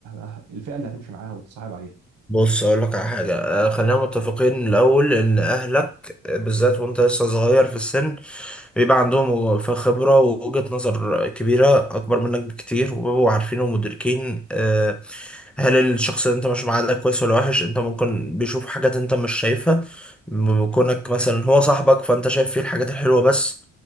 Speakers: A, on the right; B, in the centre.
A: ه- الفئه اللي هتمشي معاها وتصاحب عليها
B: بص اقول لك على حاجه آه، خلينا متفقين الاول ان اهلك آه، بالذات وانت لسه صغير في السن بيبقى عندهم ف- خبرة ووجهة نظر كبيرة أكبر منك بكتير وبيبقوا عارفين ومدركين آه، هل الشخص اللي أنت ماشي معاه ده كويس ولا وحش أنت ممكن بيشوف حاجات أنت مش شايفها م- كونك مثلا هو صاحبك فأنت شايف فيه الحاجات الحلوة بس